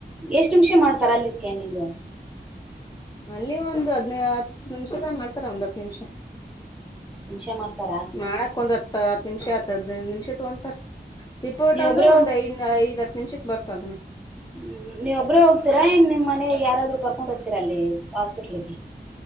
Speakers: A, in the centre; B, on the left.
A: ಎಷ್ಟು ನಿಮಿಷ ಮಾಡ್ತಾರಾ ಅಲ್ಲಿ ಸ್ಕ್ಯಾನಿಂಗ್.
B: ಅಲ್ಲಿ ಒಂದ ಹದ್ನ ಹತ್ತು ನಿಮಿಷದಾಗ ಮಾಡ್ತಾರ ಒಂದ ಹತ್ತು ನಿಮಿಷ.
A: ನಿಮಿಷ ಮಾಡ್ತಾರಾ
B: ಮಾಡಾಕ ಒಂದ ಹತ್ತ ಹತ್ತು ನಿಮಿಷ ಹದನೈದ ನಿಮಿಷ ತೊಂತಾರ. ರಿಪೋರ್ಟ್
A: ನೀವೊಬ್ರು
B: ಅಂದ್ರ ಒಂದ ಐದ ಐದ ಹತ್ತು ನಿಮಿಷಕ್ ಬರ್ತದನ.
A: ಹು ನೀವುಒಬ್ಬರೆ ಹೋಗ್ತೀರಾ ಏನು ನಿಮ್ಮಮನೆಲ್ಲಿ ಯಾರಾದರೂ ಕರ್ಕೊಂಡು ಹೋಗ್ತೀರಾ ಅಲ್ಲಿ ಹಾಸ್ಪಿಟ್ಲಿಗೆ.